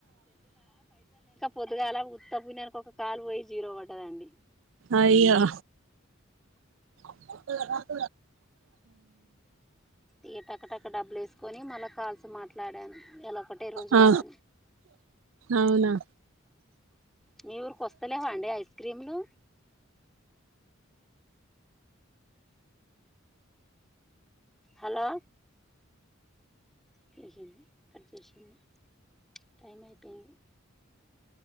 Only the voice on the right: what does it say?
అయ్యో అ <inaudible>
ఆ
అవునా